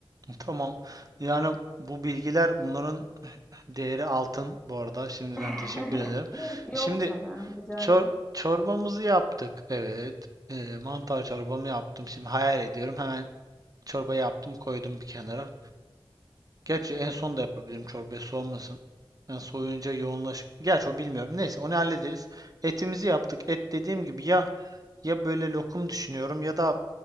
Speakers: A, on the right (about 40°); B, in the centre.
A: tamam. Yani bu bilgiler bunların değeri altın bu arada. Şimdiden
B: <laughs>
A: teşekkür ederim. Şimdi
B: Yok canım, rica
A: çor
B: ederim.
A: çorbamızı yaptık. Evet. Ee, mantar çorbamı yaptım. Şimdi hayal ediyorum. Hemen çorbayı yaptım koydum bir kenara. Gerçi en son da yapabilirim çorbayı soğumasın. Ben soğuyunca yoğunlaşıp. Gerçi o bilmiyorum. Neyse onu hallederiz. Etimizi yaptık. Et dediğim gibi ya ya böyle lokum düşünüyorum ya da